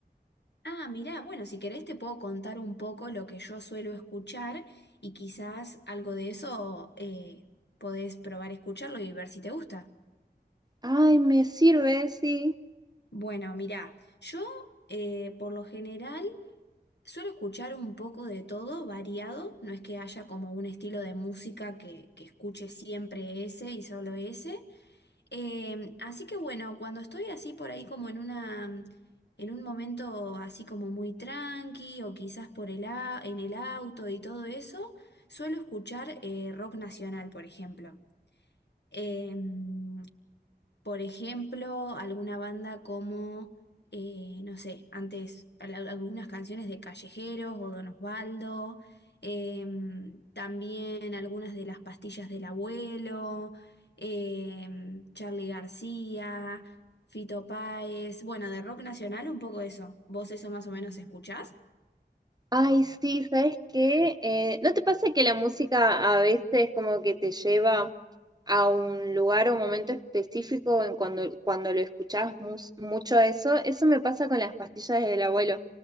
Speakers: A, on the left; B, on the right.
A: Ah, mirá, bueno, si querés te puedo contar un poco lo que yo suelo escuchar y quizás algo de eso eh, podés probar escucharlo y ver si te gusta.
B: Ay, me sirve, sí.
A: Bueno, mirá, yo eh, por lo general Suelo escuchar un poco de todo, variado, no es que haya como un estilo de música que, que escuche siempre ese y solo ese, Em, así que bueno, cuando estoy así por ahí como en una, en un momento así como muy tranqui o quizás por el a- en el auto y todo eso, suelo escuchar eh, rock nacional, por ejemplo. Em, por ejemplo, alguna banda como, eh, no sé, antes al- algunas canciones de Callejeros o Don Osvaldo, em, también algunas de las pastillas del abuelo, em, Charly García, Fito Páez, bueno, de rock nacional un poco eso. ¿Vos eso más o menos escuchás?
B: Ay, sí, ¿sabes qué? Eh, ¿no te pasa que la música a veces como que te lleva a un lugar o un momento específico en cuando, cuando lo escuchás mus- mucho eso? Eso me pasa con las pastillas del abuelo